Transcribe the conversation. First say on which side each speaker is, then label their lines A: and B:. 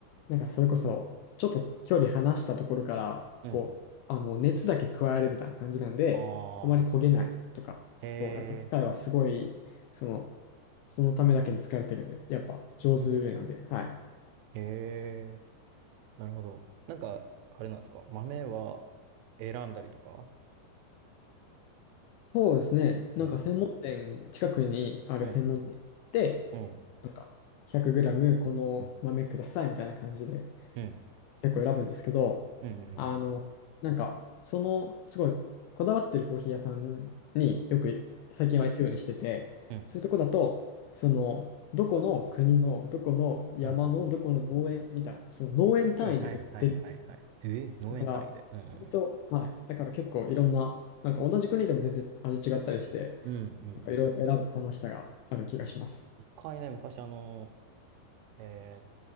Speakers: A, on the left (about 85°); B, on the right (about 85°).
A: なんかそれこそ、ちょっと距離離したところから、
B: うん。
A: こう、あの、熱だけ加えるみたいな感じなんで、
B: ああー、
A: あまり焦げないとか、
B: へえ。
A: 結構、やっぱ機械はすごい、その、そのためだけに疲れてるんで、やっぱ上手なんで、
B: うん。
A: はい。
B: へえ。なるほど。なんか、あれなんですか豆は選んだりとか
A: そうですね、
B: うん。
A: なんか専門店、近くにある専門店に行って、
B: うん。うん。
A: なんか、100グラムこの豆くださいみたいな感じで
B: うん。うん。
A: 結構選ぶんですけど、
B: うん。うん。
A: あの、なんか、その、すごい、こだわってるコーヒー屋さんによく最近は行くようにしてて、
B: うん。
A: そういうとこだと、その、どこの国の、どこの山の、
B: うん
A: どこの農園みたいな、その農園単位で売ってる。
B: はいはいはいはいはい。へえ、農園単位で。
A: だから、
B: うん。
A: 割と、はい。だから結構いろんな、なんか同じ国でも全然味違ったりして、
B: うん。うん。うん。うん
A: なんかいろいろ選ぶ楽しさがある気がします。
B: 一回ね、昔あの、え